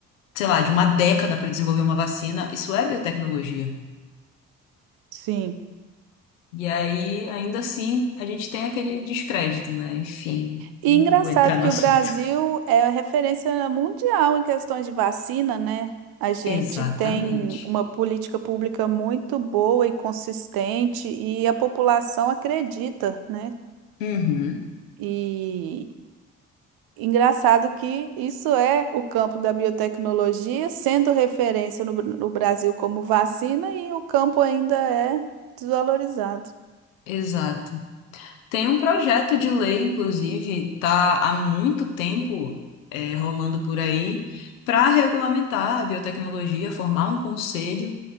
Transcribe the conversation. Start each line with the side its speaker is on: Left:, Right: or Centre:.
Left: sei lá, de uma década para desenvolver uma vacina, isso é biotecnologia.
Right: sim.
Left: E aí, ainda assim, a gente tem aquele descrédito, né? Enfim,
Right: E
Left: não
Right: engraçado
Left: vou entrar
Right: que
Left: no assunto.
Right: o Brasil é a referência mundial em questões de vacina, né? A gente
Left: Exatamente.
Right: tem uma política pública muito boa e consistente e a população acredita, né?
Left: Uhum,
Right: E Engraçado que isso é o campo da biotecnologia, sendo referência no, Br- no Brasil como vacina, e o campo ainda é desvalorizado.
Left: exato. Tem um projeto de lei, inclusive, tá há muito tempo é, rolando por aí para regulamentar a biotecnologia, formar um conselho,